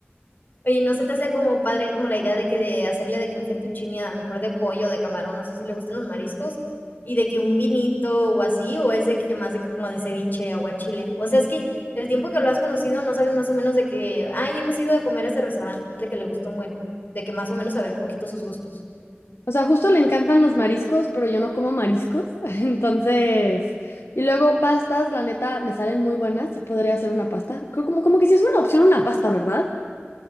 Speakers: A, on the left; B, on the left.
A: Oye, ¿no se te hace como padre como la idea de que de hacerle de que un fettuccine a lo mejor de pollo, de camarón, no sé si le gustan los mariscos, y de que un vinito o así, o es de que más de que como de ceviche, aguachile? O sea, es que el tiempo que lo has conocido no sabes más o menos de que, ay, hemos ido a comer a este restaurante que le gustó un buen, de que más o menos saber poquito sus gustos.
B: O sea, justo le encantan los mariscos, pero yo no como mariscos. <laughs> Entonces, y luego pastas, la neta, me salen muy buenas y podría hacer una pasta. Creo como, como que sí es una opción una pasta, ¿verdad?